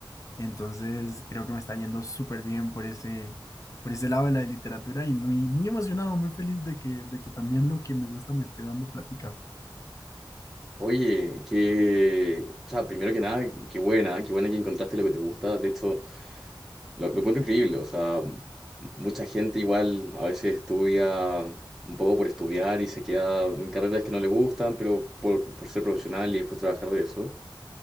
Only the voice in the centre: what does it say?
Oye, que, o sea, primero que nada, qué buena, qué buena que encontraste lo que te gusta. De hecho, lo, lo encuentro increíble, o sea, m- mucha gente igual a veces estudia un poco por estudiar y se queda en carreras que no le gustan, pero por, por ser profesional y después trabajar de eso.